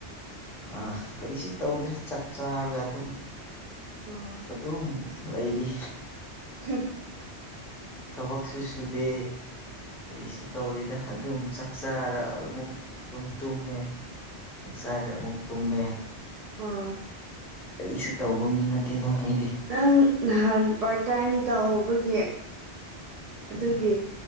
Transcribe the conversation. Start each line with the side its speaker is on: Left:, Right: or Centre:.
Centre: ꯑ ꯀꯔꯤꯁꯨ ꯇꯧꯗ꯭ꯔꯦ ꯆꯥꯛ ꯆꯥꯔꯒ ꯑꯗꯨꯝ
Right: ꯎꯝ
Centre: ꯑꯗꯨꯝ ꯂꯩꯔꯤ
Right: ꯍ
Centre: ꯊꯕꯛꯁꯨꯨ ꯁꯨꯗꯦ ꯀꯔꯤꯁꯨ ꯇꯧꯗꯦꯗ ꯑꯗꯨꯝ ꯆꯥꯛ ꯆꯥꯔ ꯑꯃꯨꯛ ꯑꯗꯨꯨꯝ ꯇꯨꯝꯃꯦ ꯆꯥꯔꯦ ꯑꯃꯨꯛ ꯇꯨꯝꯃꯦ
Right: ꯎꯝ
Centre: ꯀꯔꯤꯁꯨ ꯇꯧꯕ ꯃꯤ ꯅꯠꯇꯦꯗ ꯑꯩꯗꯤ
Right: ꯅꯪ ꯅꯍꯥꯟ ꯄꯥꯔꯠ ꯇꯥꯏꯝ ꯇꯧꯕꯒꯤ ꯑꯗꯨꯒꯤ